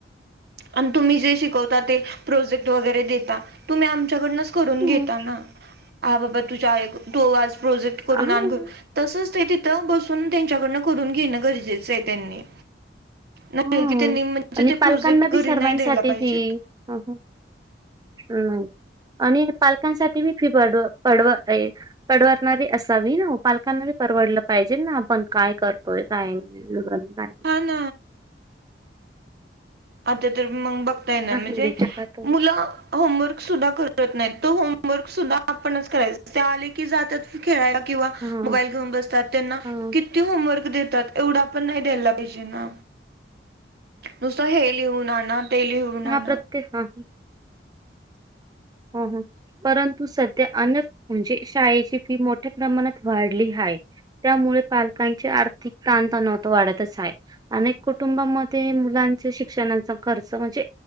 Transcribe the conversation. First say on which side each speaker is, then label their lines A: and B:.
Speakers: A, on the right; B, on the right.
A: आणि तुम्ही जे शिकवता ते प्रोजेक्ट वगैरे देता तुम्ही आमच्याकडनच करून
B: हं.
A: घेताना हा बाबा तुझ्या आई तो आज प्रोजेक्ट करून
B: हां.
A: आण घरं तसच ते तिथे तिथ बसून त्यांच्याकडन करून घेणं गरजेचं आहे त्यांनी नाही
B: हां.
A: मेन म्हणजे
B: आणि
A: ते
B: पालकांना
A: प्रोजेक्ट घरी
B: बी सर्वांसाठी
A: नाही द्यायला पाहिजेत
B: फी अह नाही आणि पालकांसाठी मी फी पड पडवतय. पडवणारी असावी ना पालकांना परवडलं पाहिजे ना आपण काय करतोय काय नाही. <unintelligible>
A: पन आता तर मग बघता येणार
B: हां.
A: म्हणजे
B: हल्लीच्या काळात
A: मुलं होमवर्क सुद्धा करत नाही तो होमवर्क सुद्धा आपणच करायच ते आले की जातात खेळायला किंवा
B: हां.
A: मोबाईल घेऊन बसतात त्यांना
B: हां.
A: किती होमवर्क देतात एवढा पण नाही द्यायला पाहिजे ना नुसता हे लिहून आना ते लिहून आना.
B: प्रत्येक ते हा
A: <unintelligible>
B: हा हा परंतु सध्या अन म्हणजे शाळेची फी मोठ्या प्रमाणात वाढली हाय. त्यामुळे पालकांची आर्थिक ताण तणाव तर वाढतच हाय अनेक कुटुंबामध्ये मुलांचे शिक्षणाचा खर्च म्हणजे